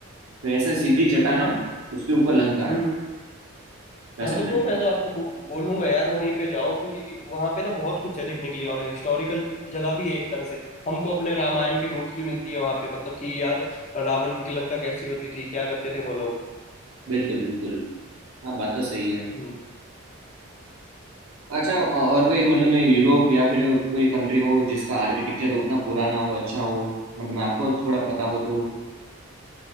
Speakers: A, on the right; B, on the left.
A: तो ऐसे सीधी चट्टान
B: हाँ
A: है उसके ऊपर लंका
B: हम्म
A: है वैसा
B: हाँ तो ब्रो मैं तो आपको बो, बोलूंगा यार वहीं पे जाओ क्योंकि वहां पे ना बहुत कुछ है देखने के लिए और हिस्टोरिकल जगह भी है एक तरह से हमको अपने रामायण की रूट्स भी मिलती है वहां पे मतलब कि यार रावण की लंका कैसी होती थी क्या करते थे वो लोग
A: बिल्कुल बिल्कुल हाँ बात तो सही है
B: हम्म
A: अच्छा अ- और कोई मतलब में यूरोप या फिर कोई कंट्री हो जिसका आर्किटेक्चर उतना पुराना हो अच्छा हो मतलब में आपको थोड़ा पता हो तो